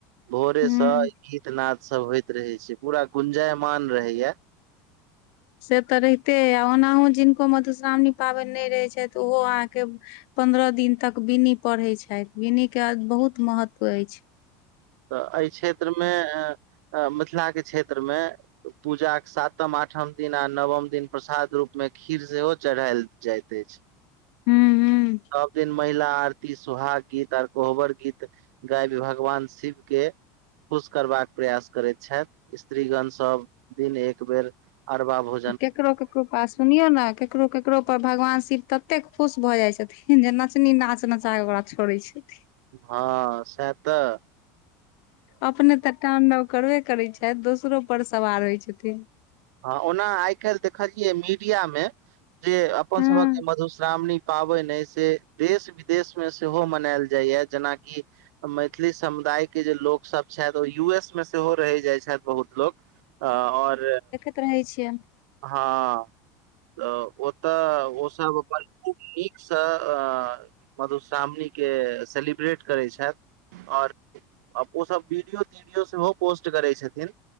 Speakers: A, on the right; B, on the left.
A: भोरे
B: हूँ
A: से गीत नाद सब होइत रहे छै पूरा गुंजयमान रहेया
B: से तऽ रहिते आ ओनाहु जिनको मधुश्रावणी पाबनि नय रहैत छथि। ओहो अहाँके पन्द्रह दिन तक बिनी पढ़ै छथि। बिनी के बहुत महत्व ऐछ
A: तऽ एहि क्षेत्र मे मिथिला के क्षेत्र मे पूजाक सातम आठम दिन आ नवम दिन प्रसाद रूप मे खीर सेहो चढ़ायल जाइत अछ।
B: हाँ हाँ
A: सब दिन महिला आरती सुहाग गीत आर कोहबर गीत गाय भी भगवान शिव के खुश करबाक प्रयास करैत छथि स्त्रीगण सब दिन एक बेर आरबा भौ
B: केकरो केकरो पास सुनियौ न केकरो केकरो पर भगवान शिव तते खुश भ जाय छथिन जे नचनी नाच नचा के ओकरा छोड़ै छथिन
A: हँ सएह तऽ।
B: अपने तऽ टान्डव करबे करै छथि। दोसरो पर सवार होइ छथिन
A: हँ ओना आइ काल्हि देखलियै मीडिया मे। जे अपन
B: हँ
A: सभक मधुश्रावणी पाबनि अइ से देश विदेश मे सेहो मनायल जाइया जेनाकि मैथिली समुदाय के जे लोक सब छथि। ओ यू एस मे सेहो रहि जाइ छथि बहुत लोक अ ओर
B: परहै छिय
A: हँ। तऽ ओतय ओसभ अपन खूब नीक सँ अ मधुश्रावणी के सेलिब्रेट करैत छथि ओर आ ओ सब वीडियो तीडियो सेहो पोस्ट करे छथिन